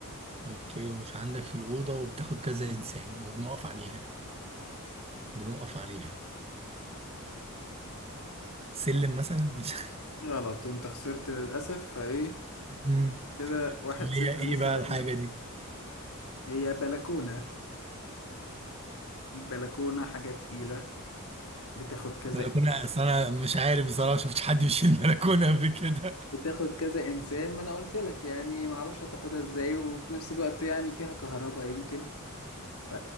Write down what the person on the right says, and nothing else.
اوكي ومش عندك في الاوضه وبتاخد كذا انسان وبنقف عليها بنقف عليها سلم مثلا مش <laughs>
مم.
طب
هي ايه
بقى
الحاجه
دي
بلكونة أصل أنا مش عارف بصراحة شفتش حد بيشيل بلكونة قبل كده